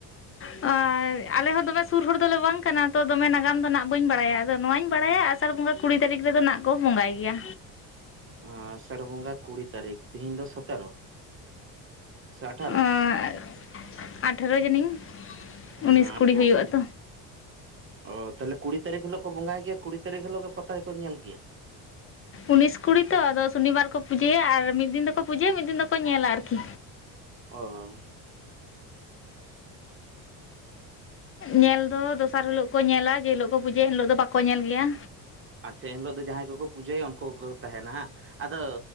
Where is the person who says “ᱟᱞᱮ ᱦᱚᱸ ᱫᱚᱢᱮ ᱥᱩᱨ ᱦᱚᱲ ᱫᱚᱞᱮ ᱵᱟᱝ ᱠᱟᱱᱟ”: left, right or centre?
Left